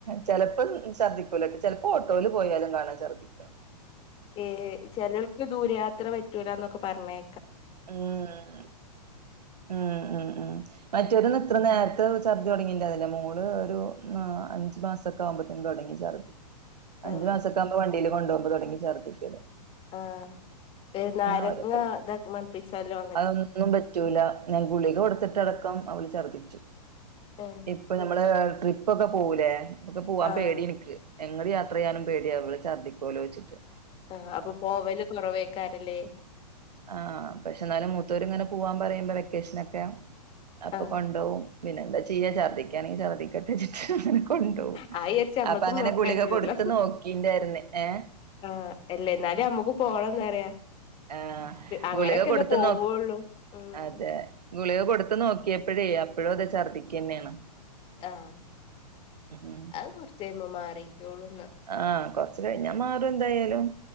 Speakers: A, on the right; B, on the left.
A: ചെ ലപ്പോം ഛദ്ദിക്കൂലട്ടോ ചെ പ്പോ ഓട്ടോൽ പോയാലും കാണാ ഛർദ്ദിക്ക
B: ഏഹ് ചിലൾക്ക് ദൂരയാത്ര പറ്റൂല ന്നൊക്കെ പറഞ്ഞെ
A: ഉം ഉം ഉം ഉം മറ്റെ
B: ഉം
A: ത് നിക്ക് ഇത്ര നേര് ത്ത് ഛർദി തുടങ്ങീ ണ്ടാ ന്നി ല്ലാ മോള് ഒരു ന്നാ അഞ്ച് മാ സൊ ക്കെ ആവുമ്പോത്തി ന് തൊട ങ്ങി ഛർദി അഞ്ചു
B: ആഹ്
A: മാസക്കെ ആകുമ്പോ വണ്ടീല് കൊണ്ട് പോകുമ്പോ തെ ടങ്ങി ഛർദിക്കൽ
B: ആഹ് ഏഹ് നാരങ്ങ
A: ഓരോരുത്തര്
B: താ ക്കി മണ് പ്പിച്ചാലോ?
A: അതൊന്നും പറ്റൂല ഞാൻ ഗുളിക കൊടുത്തിട്ടടക്കം അവള് ഛർദിച്ചു
B: ഏഹ്.
A: ഇപ്പൊ നമ്മള് ട്രിപ്പൊക്കെ പോകൂലേ ക്ക് പോവാൻ
B: ആഹ്
A: പേടിയാ ഇ ൻ ക്ക് എങ്‌ ട് യാത്ര ചെയ്യാനും പേടിയ ഇവൾ ഛർദിക്കോലോ ച്ചിട്ട്
B: ആഹ് അപ്പൊ പോവല് കുറവെക്കാ രം ലെ
A: ആ പക്ഷെ എന്നാലും മൂത്തോർ ഇങ്ങനെ പോവാ പറയുമ്പോ വെക്കേഷനൊക്കെ അപ്പൊ
B: ആഹ്
A: കൊണ്ടോ വും പിന്നെന്താ ചെയ്യാ ഛർദിക്കാണെ ങ്കി ചർദിക്ക അങ്ങനെ കൊണ്ടോ വും
B: അത് വിചാരിച്ച് നമ്മൾതും
A: അപ്പൊ അങ്ങനെ
B: നോർക്കാൻ
A: ഗുളിക
B: പറ്റൂലല്ലോ
A: കൊടുത്തു നോക്കിണ്ടാര് ന്നു ഏഹ്
B: ആഹ് എല്ലേന്നാലും നമ്മുക്ക് പോണംന്ന്റയാ
A: ആഹ്
B: അങ്ങനെക്കെല്ലേ
A: ഗുളിക കൊടുത്ത്
B: പോവുള്ളൂ
A: നോ
B: ഉം
A: അതെ ഗുളിക കൊടുത്ത്‌ നോക്കിയപ്പ ഴേ അപ്പോഴ തെ ഛർദ്ദിക്കന്നെണ്
B: ആഹ്
A: ഉം
B: അത് കൊറച്ചെ ഴുമ്പോ മാറികൊള്ളൂന്ന്
A: ആഹ് കൊറച്ച് കഴിഞ്ഞാ മാറുംഎ ന്തായാലും